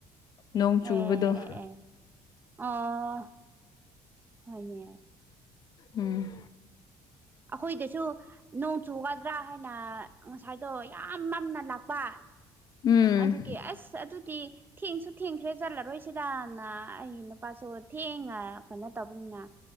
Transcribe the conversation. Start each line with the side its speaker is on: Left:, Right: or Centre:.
Left: ꯅꯣꯡ ꯆꯨꯕꯗꯣ
Right: ꯑꯦ ꯑꯦ ꯑꯦ ꯑꯣ ꯍꯣꯏꯅꯦ
Left: ꯎꯝ
Right: ꯑꯈꯣꯏꯗꯁꯨ ꯅꯣꯡ ꯆꯨꯒꯥꯗ꯭ꯔꯥ ꯍꯥꯏꯅ ꯉꯁꯥꯏꯗꯣ ꯌꯥꯝ ꯃꯝꯅ ꯂꯥꯛꯄ
Left: ꯎꯝ
Right: ꯑꯗꯨꯒꯤ ꯑꯁ ꯑꯗꯨꯇꯤ ꯊꯦꯡꯁꯨ ꯊꯦꯡꯈ꯭ꯔꯦ ꯆꯠꯂꯔꯣꯏꯁꯤ ꯁꯤꯗꯥꯅ ꯑꯩꯒꯤ ꯅꯨꯄꯥꯁꯨ ꯊꯦꯡꯅ ꯀꯩꯅꯣ ꯇꯧꯕꯅꯤꯅ